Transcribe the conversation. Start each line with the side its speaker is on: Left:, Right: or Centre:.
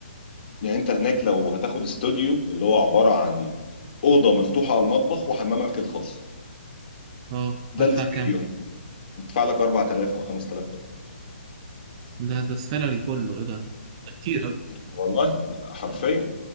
Left: يعني انت هناك لو هتاخد استوديو اللي هو عبارة عن اوضه مفتوحه على المطبخ وحمامك الخاص
Right: أه
Left: ده
Right: هدفع
Left: الاستوديو
Right: كام؟
Left: هنا تدفع لك 4000 او 5000 دولار
Right: ده ده السالري كله إيه ده؟ ده كتير أوي
Left: والله حرفيا